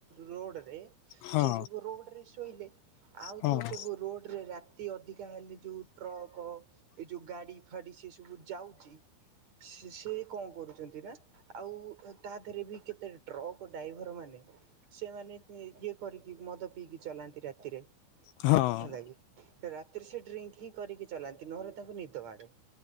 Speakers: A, on the right; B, on the left.
A: ରୋଡରେ
B: ହଁ
A: ସେ ସବୁ ରୋଡ୍ ରେ ଶୋଇଲେ ଆଉ
B: ହଁ
A: ଯୋଉ ସବୁ ରୋଡରେ ରାତି ଅଧିକା ହେଲେ ଯୋଉ ଟ୍ରକ ଏ ଯୋଉ ଗାଡ଼ି ଫାଡି ସେ ସବୁ ଯାଉଚି ସେ କଣ କରୁଚନ୍ତି ନା ଆଉ ତା ଦେହରେ ବି କେତେ ଟ୍ରକ୍ ଡ୍ରାଇଭର ମାନେ ସେମାନେ ଇଏ କରିକି ମଦ ପିଇକି ଚଲାନ୍ତି ରାତିରେ
B: ହଁ
A: ହେଲା କିି ରାତିରେ ସେ ଡ୍ରିଙ୍କ ହିଁ କରିକି ଚଲାନ୍ତି ନହେଲେ ତାଙ୍କୁ ନିଦ ମାଡ଼େ